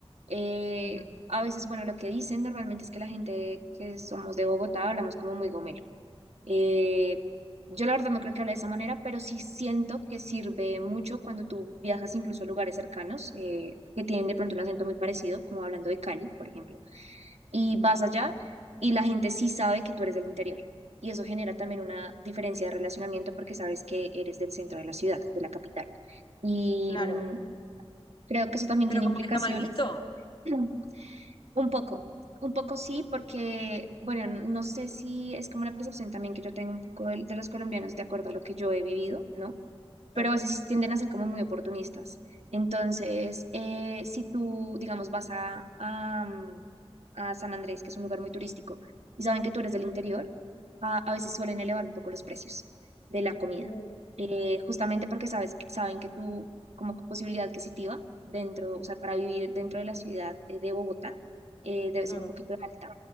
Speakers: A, on the right; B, on the left.
A: Eh,
B: Ujú,
A: a veces, bueno, lo que dicen normalmente es que la gente que somos de Bogotá hablamos como muy gomelo. Eh, yo la verdad no creo que hable de esa manera, pero sí siento que sirve mucho cuando tú viajas incluso a lugares cercanos eh, que tienen de pronto un acento muy parecido, como hablando de Cali, por ejemplo, y vas allá y la gente sí sabe que tú eres del interior. Y eso genera también una diferencia de relacionamiento porque sabes que eres del centro de la ciudad, de la capital. Y
B: Claro.
A: mm, creo que eso también
B: Pero
A: tiene implicaciones
B: como que está mal visto.
A: <clears throat> Un poco, un poco sí, porque, bueno, n- no sé si es como la percepción también que yo tengo un poco del- de, los colombianos de acuerdo a lo que yo he vivido, ¿no?
B: Claro.
A: pero a veces sí tienden a ser como muy oportunistas. Entonces, eh, si tú, digamos, vas a, a, mm, a San Andrés, que es un lugar muy turístico, y saben que tú eres del
B: Ujú.
A: interior, a, a veces suelen elevar un poco los precios de la comida,
B: Uh,
A: eh, justamente porque sabes, que- saben que tú, como posibilidad adquisitiva, dentro, o sea, para vivir dentro de la ciudad eh, de Bogotá, eh, debe
B: claro.
A: ser un poquito alta.